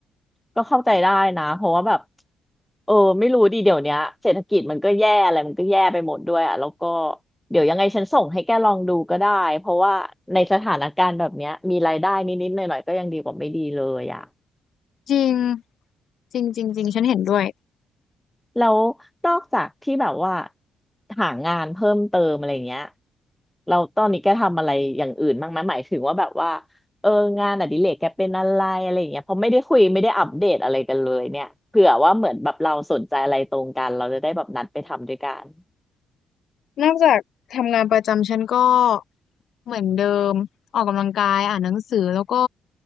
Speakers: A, in the centre; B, on the left.
A: ก็เข้าใจได้นะเพราะว่าแบบเออไม่รู้ดีเดี๋ยวเนี้ยเศรษฐกิจมันก็แย่อะไรมันก็แย่ไปหมดด้วยอ่ะแล้วก็เดี๋ยวยังไงฉันส่งให้แกลองดูก็ได้เพราะว่าในสถานการณ์แบบเนี้ยมีรายได้นิดๆหน่อยๆก็ยังดีกว่าไม่ดีเลยอ่ะ
B: จริงจริงจริงจริงฉันเห็นด้วย
A: แล้วนอกจากที่แบบว่าหางานเพิ่มเติมอะไรเงี้ยเราตอนนี้แกทำอะไรอย่างอื่นบ้างไหมหมายถึงว่าแบบว่าเอองานอดิเรกแกเป็นอะไรอะไรเงี้ยเพราะไม่ได้คุยไม่ได้อัปเดตอะไรกันเลยเนี่ยเผื่อว่าเหมือนแบบเราสนใจอะไรตรงกันเราจะได้แบบนัดไปทำด้วยกัน
B: นอกจากทำงานประจำฉันก็เหมือนเดิมออกกำลังกายอ่านหนังสือแล้วก็